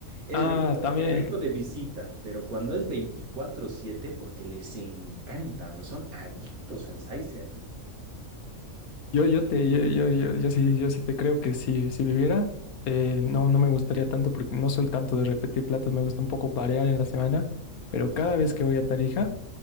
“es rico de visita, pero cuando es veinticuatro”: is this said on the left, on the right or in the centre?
Right